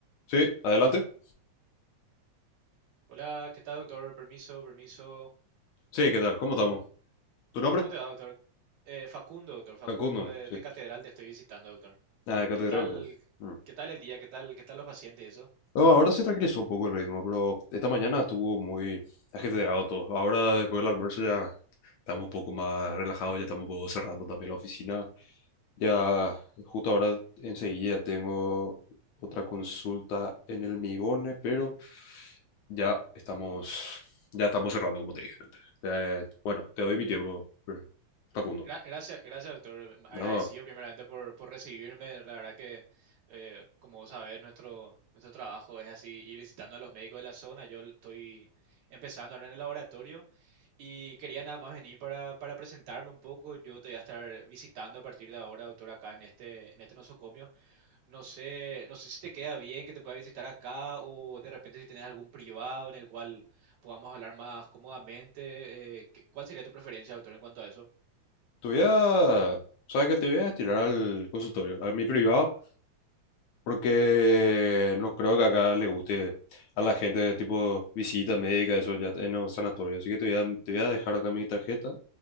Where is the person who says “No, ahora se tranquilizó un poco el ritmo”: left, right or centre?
Left